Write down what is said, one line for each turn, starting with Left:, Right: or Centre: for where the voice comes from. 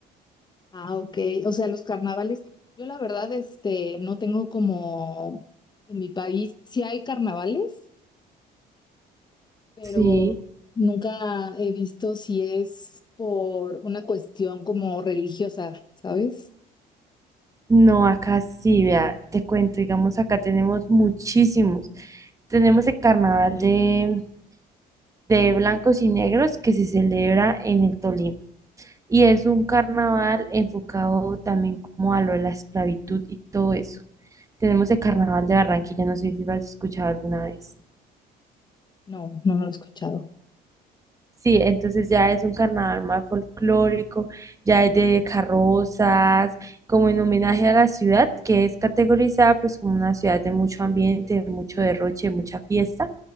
Left: Ah, ok. O sea, los carnavales, yo la verdad, este, no tengo como en mi país, sí hay carnavales, pero
Right: Sí.
Left: nunca he visto si es por una cuestión como religiosa, ¿sabes?
Right: No, acá sí,
Left: Ah,
Right: vea, te cuento, digamos, acá tenemos muchísimos. Tenemos el carnaval de, de blancos y negros que se celebra en el Tolima. Y es un carnaval enfocado también como a lo de la esclavitud y todo eso. Tenemos el carnaval de Barranquilla, no sé si lo has escuchado alguna vez.
Left: No, no lo he escuchado.
Right: Sí, entonces ya es un carnaval más folclórico, ya es de carrozas, como en homenaje a la ciudad, que es categorizada pues como una ciudad de mucho ambiente, de mucho derroche, de mucha fiesta.